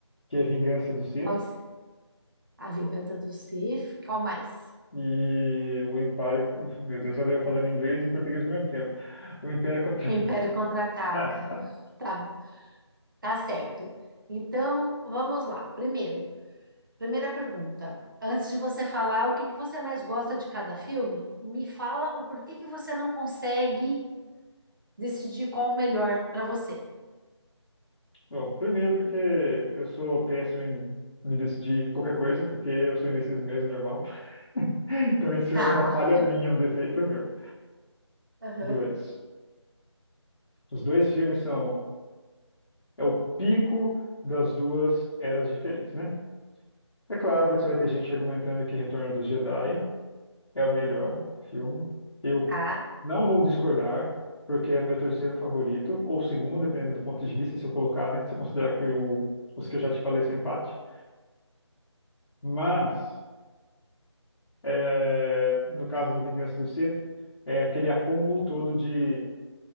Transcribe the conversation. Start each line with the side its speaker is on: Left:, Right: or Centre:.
Left: que é Vingança do Ser
Right: Quais, a Vingança do Sith, qual mais?
Left: e o Império. <laughs> Meu Deus, olha eu falando inglês e em português ao mesmo tempo. O Império contra.
Right: O Império Contra-Ataca.
Left: <laughs>
Right: Tá, tá certo. Então, vamos lá. Primeiro, Primeira pergunta. Antes de você falar o que que você mais gosta de cada filme, me fala o porquê que você não consegue decidir qual o melhor para você.
Left: Bom, primeiro porque eu sou péssimo em me decidir qualquer coisa, porque eu sou indeciso mesmo, normal. <laughs> Então isso
Right: Tá,
Left: é uma falha minha, um defeito meu.
Right: Aham.
Left: Dois. Os dois filmes são é o pico das duas eras diferentes, né? É claro, você vai ter gente argumentando que Retorno dos Jedi é o melhor filme. Eu
Right: tá,
Left: não vou discordar, porque é meu terceiro favorito, ou segundo, dependendo do ponto de vista, se eu colocar, né? Se eu considerar que o- os que eu já te falei são empate. Mas, é, no caso do Vingança do Sith, é aquele acúmulo todo de